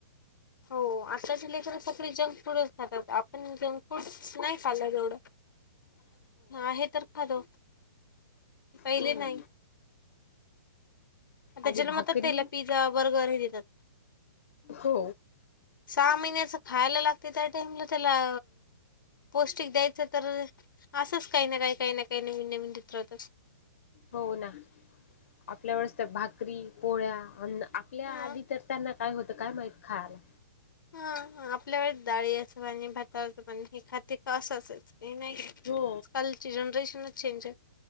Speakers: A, on the left (about 85°); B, on the left (about 40°).
A: हो आताची लेकर सगळे जंक फूडच खातात आपण जंक फूड नाही खाल्ला जवढं
B: ह
A: आहे तर खादो पहिले
B: हो ना
A: नाही आ त्याच्याल
B: आणि भाकरी
A: मत त्याला पी बर्गर हे देतात
B: हो
A: सहा महिन्याच खायला लागते त्या टाइमला त्याला पौष्टिक द्यायचं तर असंच काही ना काही काही ना काही नवीन नवीन ित्र होतात
B: हो ना आपल्या वेळेस तर भाकरी पोळ्या आपल्या
A: मग
B: आधी तर त्यांना काय होतं काय माहित खायला.
A: हा आपल्यावर डाळी असं पा आणि भाताच पण हे खाते का असंचच काही नाही.
B: हो.
A: आजकाल जनरेशनच चेंज आहे